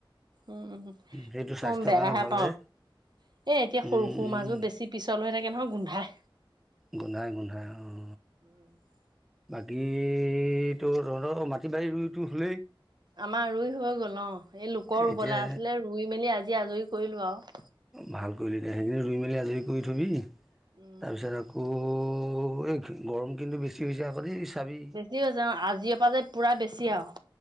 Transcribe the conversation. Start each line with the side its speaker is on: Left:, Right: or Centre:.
Right: উম
Centre: সেইটো
Right: মই
Centre: স্বাস্থ্যৰ
Right: বেয়াহে
Centre: কাৰণে ভাল
Right: পাওঁ
Centre: যে
Right: এ এতিয়া সৰু
Centre: উম,
Right: সৰু
Centre: উম,
Right: মাছ বোৰ বেছি, পিছল হৈ থাকে নহয় গোন্ধাই,
Centre: গোন্ধাই গোন্ধাই অঁ,
Right: <inaudible>
Centre: বাকীতো তো তহতৰ মাটি বাৰী ৰুইটো হ'লেই,
Right: আমাৰ ৰুই হৈ গ'ল অ, এই লোকৰ ৰুবলৈ
Centre: এতিয়া
Right: আছিলে ৰুই মেলি আজি আজৰি কৰিলোঁ আৰু
Centre: ভাল কৰিলে দে সেইখিনি ৰুই মেলি আজৰি কৰি থবি
Right: উম।
Centre: তাৰপিছত আকৌ, ত এই গৰম কিন্তু বেছি হৈছে আকৌ দেই, চাবি
Right: বেছি হৈছে অ, আজিৰ পৰা যে পুৰা বেছি আৰু